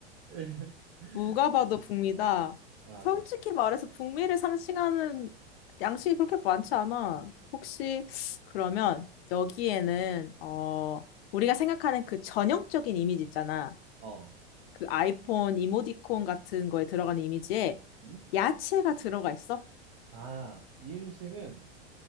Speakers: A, on the right; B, on the left.
A: <laughs>
B: 누가 봐도 북미다.
A: 맞아.
B: 솔직히 말해서 북미를 상징하는 양식이 그렇게 많지 않아. 혹시, 그러면 여기에는, 어, 우리가 생각하는 그 전형적인 이미지 있잖아.
A: 어.
B: 그 아이폰 이모티콘 같은 거에 들어가는 이미지에
A: 음?
B: 야채가 들어가 있어?
A: 아, 이 음식은